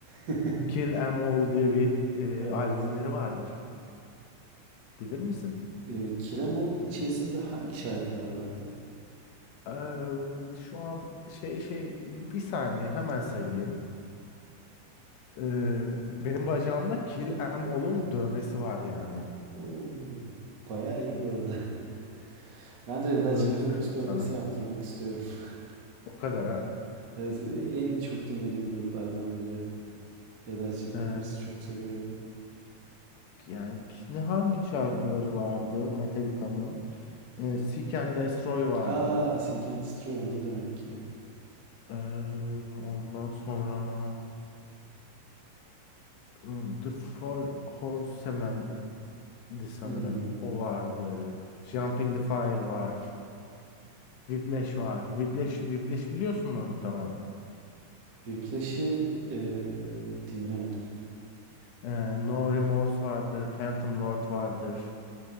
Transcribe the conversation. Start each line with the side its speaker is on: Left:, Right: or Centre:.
Right: <laughs>
Left: Kill 'Em All diye bir
Right: Evet.
Left: e, albümleri vardır. Bilir misin?
Right: Ee, Kilemol'un içerisinde hangi şarkılar vardı?
Left: Eee, şu an şey şey bi- bir saniye hemen sayayım. Eee, benim bacağımda Kill 'Em All'un dövmesi var yani.
Right: Oo, bayağı iyi bu arada. <laughs> Ben de Red Hot
Left: Öyle
Right: Chili Peppers
Left: söyleyeyim
Right: dövmesi
Left: sana.
Right: yaptırmak istiyorum. <laughs>
Left: O kadar ha.
Right: Evet, en çok dinlediğim gruplardan biri. Red Hot Chili Peppers'ı
Left: E,
Right: çok seviyorum.
Left: Yani ki- ne hangi şarkıları vardı Metallica'nın? Ee, Seek and Destroy vardı.
Right: Aa, Seek and Destroy onda demek ki.
Left: Ee, ondan sonra hmm, The Four Horsemen'di sanırım.
Right: Hmm.
Left: O vardı. Jump in the Fire var. Whiplash var. Whiplash, Whiplash biliyorsunlar muhtemelen.
Right: Whiplash'i ee, dinlemedim.
Left: Ee, No Remorse vardır. Phantom Lord vardır.